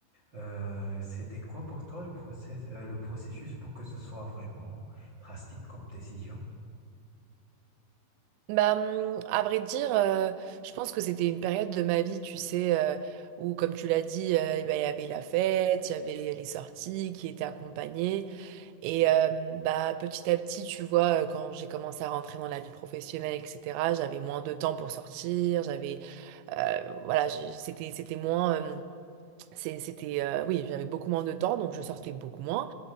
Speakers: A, on the right (about 40°); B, on the right (about 90°).
A: euh, c'était quoi pour toi le process, euh, le processus pour que ce soit vraiment drastique comme décision?
B: Bah, hum, à vrai dire, euh, je pense que c'était une période de ma vie, tu sais, euh, où, comme tu l'as dit, euh, eh ben, il y avait la fête, il y avait les sorties qui étaient accompagnées. Et euh, bah, petit à petit, tu vois, euh, quand j'ai commencé à rentrer dans la vie professionnelle, etc., j'avais moins de temps pour sortir, j'avais, euh, voilà, j'ai- c'était, c'était moins, euh, c'est- c'était, euh, oui, j'avais beaucoup moins de temps, donc je sortais beaucoup moins.